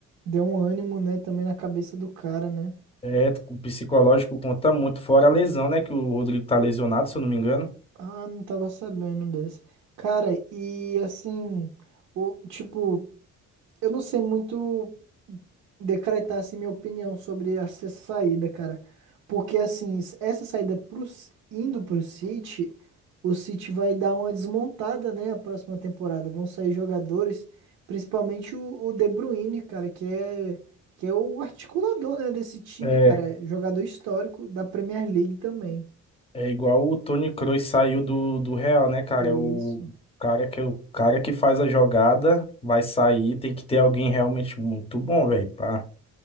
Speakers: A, on the right; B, on the left.
A: deu um ânimo, né, também na cabeça do cara, né?
B: É, o psicológico conta muito, fora a lesão, né? Que o Rodrigo tá lesionado, se eu não me engano.
A: Ah, não tava sabendo dessa. Cara, e assim, o, tipo, eu não sei muito decretar assim minha opinião sobre essa saída, cara. Porque assim, s- essa saída pro, C- indo pro City, o City vai dar uma desmontada, né, a próxima temporada. Vão sair jogadores, principalmente o, o De Bruyne, cara, que é que é o articulador, né, desse time,
B: É,
A: cara, É jogador histórico da Premier League também,
B: É igual o Toni Kroos saiu do, do Real, né, cara?
A: Isso.
B: O cara que é o cara que faz a jogada vai sair, tem que ter alguém realmente muito bom, velho, pá.